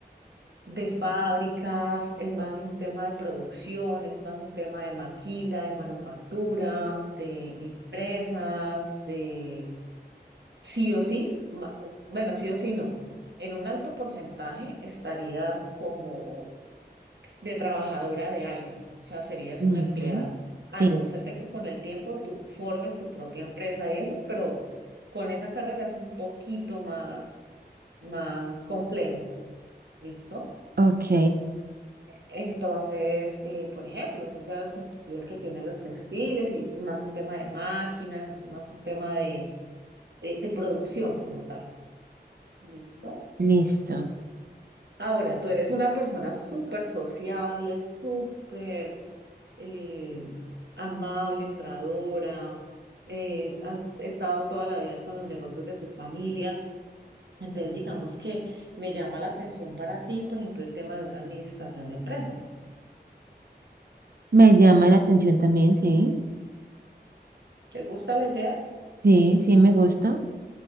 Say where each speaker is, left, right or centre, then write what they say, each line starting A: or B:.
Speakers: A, on the right; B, on the right.
A: de fábricas, es más un tema de producción, es más un tema de maquila, de manufactura, de empresas, de sí o sí. ma- Bueno, sí o sí no. En un alto porcentaje estarías como de trabajadora de alguien, o sea, serías
B: ujú,
A: una empleada, a
B: Sí,
A: no ser de que con el tiempo tú formes tu propia empresa y eso, pero con esa carrera es un poquito más, más complejo, ¿listo?
B: ok,
A: Entonces, eh, por ejemplo, no sé si hablas con tu tío el que tiene los textiles y es más un tema de máquinas, es más un tema de, de, de producción como tal, ¿listo?
B: listo.
A: Ahora, tú eres una persona súper sociable, súper eh, amable, entradora, eh, has estado toda la vida con los negocios de tu familia. Entonces, digamos que me llama la atención para ti, por ejemplo, el tema de una administración de empresas.
B: Me llama la atención también, sí.
A: ¿Te gusta la idea?
B: Sí, sí, me gusta.